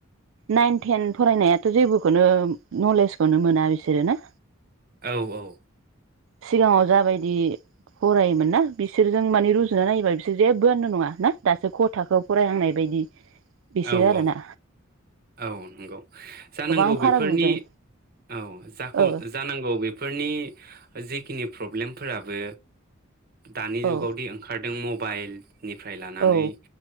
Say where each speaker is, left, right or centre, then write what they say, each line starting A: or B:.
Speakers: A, on the right (about 65°); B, on the right (about 45°).
A: नाइन टेन फरायनायाथ' जेबोखौनो नलेजखौनो मोना बिसोरो ना?
B: औ औ
A: सिगाङाव जाबायदि फरायोमोन ना बिसोरजों माने रुजुना नायोबा बिसोर जेबोआनो नङा ना दासो ख' थाखोयाव फरायहांनाय बायदि। बिसोरो
B: औ
A: आरोना
B: औ औ नंगौ जानांगौ
A: गोबां फाराग
B: बेफोरनि
A: नुदों
B: औ जाखौ
A: ओ
B: जानांगौ बेफोरनि जि खिनि प्रब्लेमफोराबो दानि
A: औ
B: जुगावदि ओंखारदों म बाइल निफ्राय लानानै
A: औ